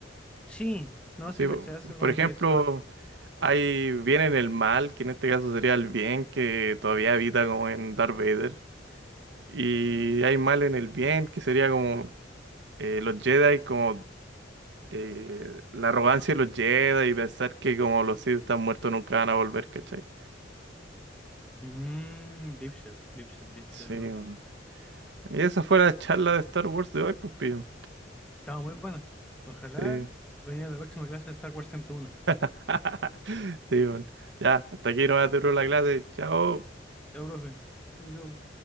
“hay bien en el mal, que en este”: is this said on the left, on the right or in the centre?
Right